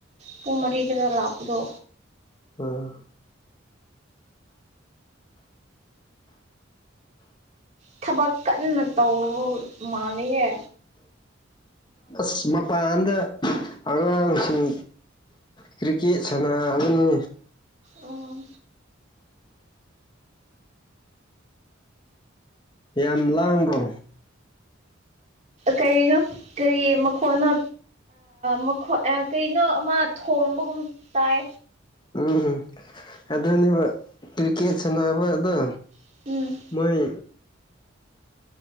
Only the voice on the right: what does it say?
ꯄꯨꯡ ꯃꯔꯤ ꯈꯔ ꯂꯥꯛꯄꯗꯣ
ꯊꯕꯛ ꯀꯟꯅ ꯇꯧꯕ ꯃꯥꯜꯂꯤꯌꯦ꯫
ꯑꯣ
ꯀꯩꯅꯣ ꯀꯔꯤ ꯃꯈꯣꯟꯅꯣ? ꯃꯈꯣꯏ ꯀꯩꯅꯣ ꯑꯃ ꯊꯣꯡꯕꯒꯨꯝ ꯇꯥꯏ
ꯎꯝ